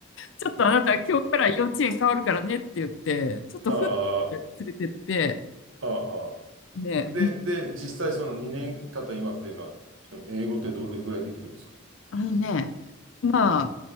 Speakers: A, on the left (about 70°); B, on the right (about 80°).
A: ちょっとあなた今日から幼稚園変わるからねって言って、ちょっとふって連れてって、
B: <laughs> ああ、ああ、
A: で、
B: あで、で、実際その2年経った今っていうのは、その英語ってどれぐらいできるんですか
A: あのね、まあ、
B: うん、